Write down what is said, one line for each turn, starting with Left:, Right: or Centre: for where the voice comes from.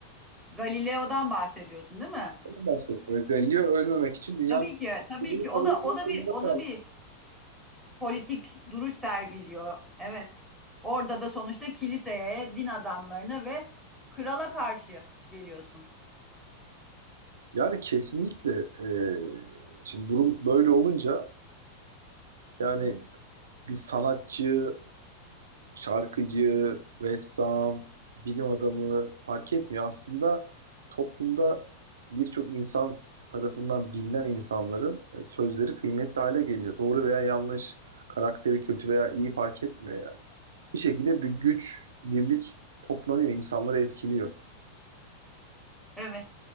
Centre: Galileo'dan bahsediyorsun değil mi?
Right: Ondan bahsediyor. Ve Galileo ölmemek için dünyanın
Centre: Tabii ki, tabii
Right: olduğunu
Centre: ki.
Right: kabul
Centre: O da
Right: etmek
Centre: o da
Right: zorunda
Centre: bir o
Right: kaldı.
Centre: da bir politik duruş sergiliyor. Evet. Orada da sonuçta kiliseye, din adamlarına ve krala karşı geliyorsun.
Right: Yani kesinlikle e, şimdi durum böyle olunca yani bir sanatçı şarkıcı, ressam, bilim adamı fark etmiyor. Aslında toplumda birçok insan tarafından bilinen insanların e, sözleri kıymetli hale geliyor. Doğru veya yanlış, karakteri kötü veya iyi fark etmiyor yani. Bir şekilde bir güç, birlik toplanıyor, insanları etkiliyor.
Centre: Evet.